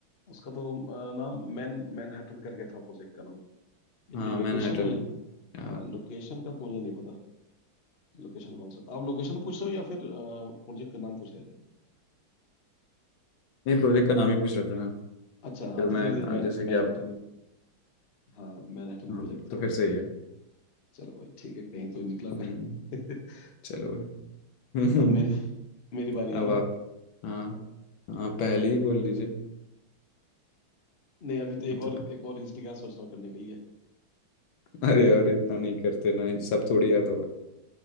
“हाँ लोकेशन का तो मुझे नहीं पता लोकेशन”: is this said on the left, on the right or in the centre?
Left